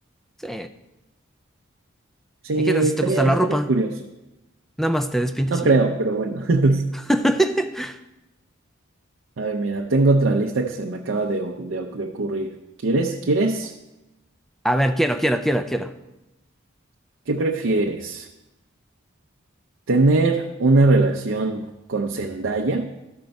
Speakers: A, in the centre; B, on the right.
A: Sí.
B: Sí,
A: ¿Y qué tal si
B: estaría,
A: te gusta la
B: estaría
A: ropa?
B: curioso.
A: Nada más te despintas
B: No creo,
A: y ya.
B: pero bueno. <laughs>
A: <laughs>
B: A ver, mira, tengo otra lista que se me acaba de, o- de, oc- de ocurrir. ¿Quieres? ¿Quieres?
A: A ver, quiero, quiero, quiero, quiero.
B: ¿Qué prefieres? ¿Tener una relación con Zendaya